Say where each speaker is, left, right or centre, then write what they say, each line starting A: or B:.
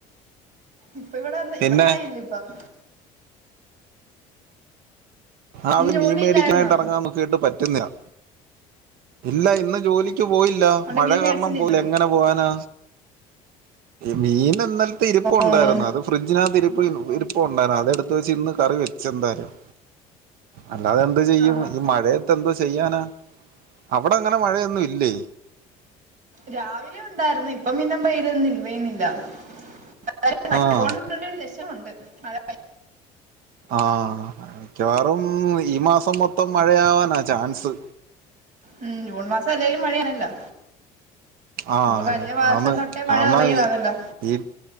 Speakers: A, on the right; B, on the right.
A: ഇപ്പ ഇവിടെ ഇവിടെ
B: പിന്നെ
A: മഴയില്ല ഇപ്പ <inaudible>
B: ആഹ്ത്
A: ഇന്ന് ജോലി
B: മീ മേടിക്കാനായിട്ട്
A: ഇല്ലായിരുന്നോ
B: ഇറങ്ങാൻ നോക്കിയിട്ട് പറ്റുന്നില്ല ഇല്ല ഇന്ന് ജോലി ക്കീ പോയില്ല
A: അതോണ്ട്
B: മഴ
A: മീൻ മേടിച്ചില്ലേ
B: കാരണം പോല
A: ഇന്ന്
B: എങ്ങനെ പോവാനാ മീൻ ഇന്നലത്തെ ഇരു പ്പുണ്ടായിരുന്നു
A: ഓഹ്
B: അത് ഫ്രഡ്ജിനകത്തിരി ഇ ഇരിപ്പുണ്ടായിരുന്നു അതെടുത്ത് വെച്ച് ഇന്ന് കറി വെച്ചു എന്തായാലും അല്ലാതെ എന്ത് ചെയ്യും
A: ആന്നോ
B: ഈ മഴയത്ത് എന്തോ ചെയ്യാനാ അവിടെ അങ്ങനെ മഴയൊന്നും ഇല്ലേ
A: രാവിലെ ഉണ്ടായിരുന്നു ഇപ്പം പിന്നെ <unintelligible> ന്നില്ല <unintelligible>
B: ആഹ്
A: രസമുണ്ട് മഴ
B: ആഹ മിക്കവാറും ഈ മാസം മൊത്തം മഴയാവാനാ ചാൻസ്
A: ഉം ജൂൺ മാസം അല്ലെങ്കിലും മഴയാണല്ലോ
B: ആ
A: ഇപ്പൊ കഴിഞ്ഞ മാസം
B: ആ <unintelligible>
A: തൊട്ടേ മഴ തുടങ്ങിയതാണല്ലോ
B: ഇ ഇ